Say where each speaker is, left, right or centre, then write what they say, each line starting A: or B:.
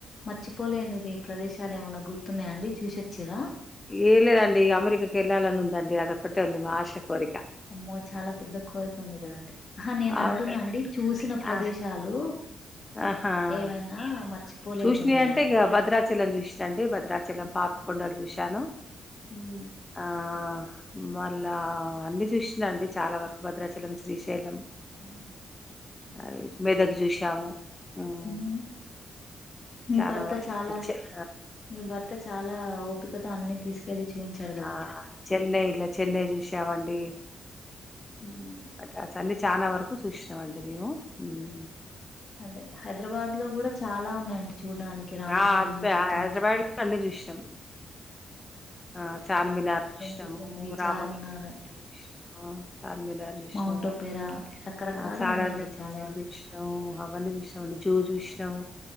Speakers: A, on the left; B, on the left.
A: మర్చిపోలేనిది ప్రదేశాలు ఏమైన్నా గుర్తున్నాయాండి చూసోచిండ్ర
B: ఏ లేదండి అమెరికాకెళ్ళాలని ఉందండి అదొక్కటే ఉంది మా ఆశ కోరిక
A: అమ్మో చాలా పెద్ద కోరిక ఉంది కద హా నేనంటున్నా
B: అవునండి
A: అండి చూసిన ప్రదేశాలు
B: ఆ ఆహా
A: ఏవైనా
B: ఏమైనా
A: మర్చిపోలేని
B: చూసినయ్
A: ఉన్నాయా
B: అంటే
A: అండి
B: ఇక భద్రా చలం చూస్నండి భద్రాచలం పాపికొండలు చూశాను
A: ఉమ్
B: ఆ మళ్ళా అన్ని చూస్నాండి చాలా వరకు భద్రాచలం శ్రీశైల్
A: హ
B: అదిక్ మెదక్ చూసాము హ్మ్
A: ఉమ్ మీ
B: చానాా
A: భర్త
B: వరకు
A: చాలా
B: <unintelligible>
A: మీ భర్త చాలా ఓపికతో అన్ని తీసుకెళ్ళి చూపించాడు
B: ఆ చెన్నైల చెన్నై చూసా మండి
A: <inaudible>
B: అట్టా సన్ని చాలా వరకు చూస్నమండి మేము హ్మ్
A: అదే హైదరాబాద్ లో కూడా చాలా ఉన్నాయండి చూడ్డానికి రామోజీ
B: హైదరాబాద్
A: ఫిలింసిటీ అ
B: లో అన్ని చూసినాం ఆ చార్మినార్ చూశ్నము
A: సిటీ ఉంది
B: రామోజి
A: చార్మినార్
B: ఫిల్మ్సిటీ చూస్నము చార్మినార్ జూష్ణము
A: మౌంట్ ఒపేరా రకరకాలుగా
B: అ సలార్జమ్
A: ఉన్నాయండి చాలా
B: మ్యూజియం
A: వరకు
B: చుశ్ణమ్ నమ్ అవన్నీ జూష్నమండి జూ జూష్ణం